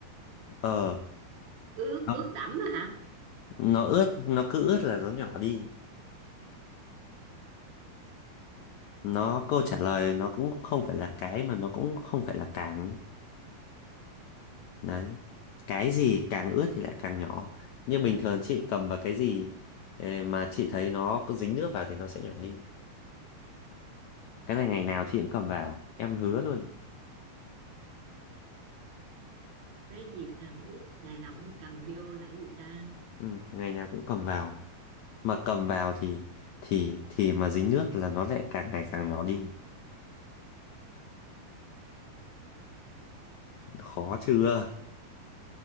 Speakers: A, on the left; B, on the right.
A: ờ
B: ướt
A: nó,
B: ướt đẫm á hả
A: nó ướt nó cứ ướt là nó nhỏ đi nó câu trả lời nó cũng không phải là cái mà nó cũng không phải là càng nhé Đấy. Cái gì càng ướt thì lại càng nhỏ. Nhưng bình thường chị cầm vào cái gì ờ, mà chị thấy nó có dính nước vào thì nó sẽ nhỏ đi. Cái này ngày nào chị cũng cầm vào, em hứa luôn.
B: cái gì càng ướt ngày nào cũng cầm vô là cái gì ta
A: Ừ, ngày nào cũng cầm vào. Mà cầm vào thì thì thì mà dính nước là nó lại càng ngày càng nhỏ đi. Khó chưa?